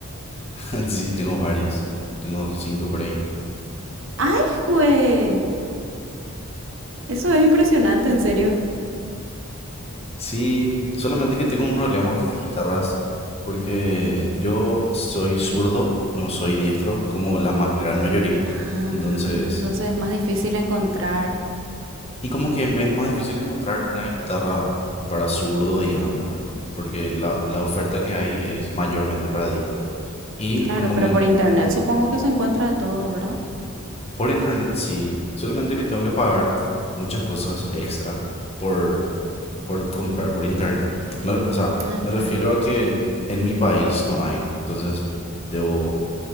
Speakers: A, on the left (about 30°); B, on the right (about 60°).
A: <laughs> sí, tengo varias. Tengo cinco por ahí.
B: ¡Ay, jue Eso es impresionante, en serio.
A: Sí, solamente que tengo un problema con las guitarras. Porque yo soy zurdo, no soy diestro, como la ma- gran mayoría.
B: Ah,
A: Entonces,
B: entonces es más difícil encontrar.
A: Y como que me es más difícil encontrar una guitarra para zurdo, digamos, ¿verdad? Porque la, la oferta que hay es mayormente para diestro. Y
B: Claro,
A: como
B: pero
A: que en-
B: por internet
A: como
B: supongo que se encuentra de todo, ¿verdad?
A: por internet sí, solamente que tengo que pagar muchas cosas extra por, por comprar por internet. Me re- o sea,
B: Ah,
A: me refiero
B: claro.
A: a que en, en mi país no hay, entonces debo,